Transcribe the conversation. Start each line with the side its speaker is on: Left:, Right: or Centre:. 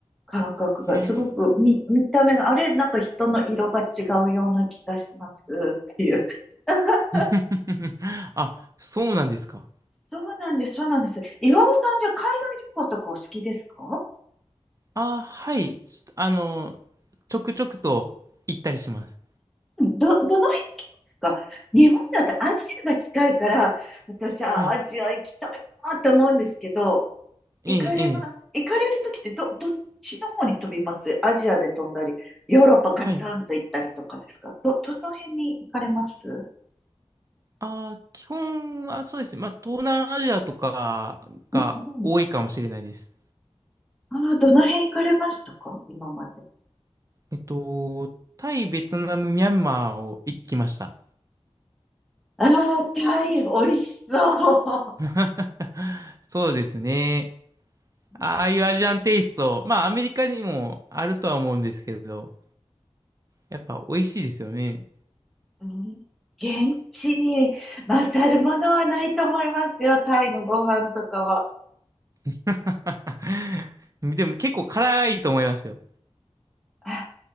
Centre: 感覚が、
Right: へえ。
Centre: すごく見、見た目が、あれ、なんか人の色が違うような気がしますっていう。<laughs>
Right: <laughs> あ、そうなんですか。
Centre: そうなんです、そうなんです。岩尾さん、じゃあ海外旅行とかお好きですか
Right: ああ、はい。あの、ちょくちょくと行ったりします。
Centre: うんど、どの辺行きますか日本だとアジアが近いから、私はアジア行きたいなと思うんですけど、
Right: はい。ええ、
Centre: 行かれます。
Right: ええ。
Centre: 行かれるときってど、どっちの方に飛びますアジアで飛んだり、ヨーロッパガツンと行ったりとかですかど、
Right: はい。
Centre: どの辺に行かれます
Right: ああ、基本はそうですね。まあ、東南アジアとかが多いかもしれないです。
Centre: うんうん。ああ、どの辺行かれましたか今まで。
Right: えっと、タイ、ベトナム、ミャンマーを行ってきました。
Centre: ああ、タイ、美味しそう。
Right: <laughs> そうですね。
Centre: <laughs>
Right: ああいうアジアンテイスト、まあアメリカにもあるとは思うんですけど、やっぱ美味しいですよね。
Centre: うん現地に勝るものはないと思いますよ、タイのご飯とかは。
Right: <laughs> でも結構辛いと思いますよ。
Centre: あ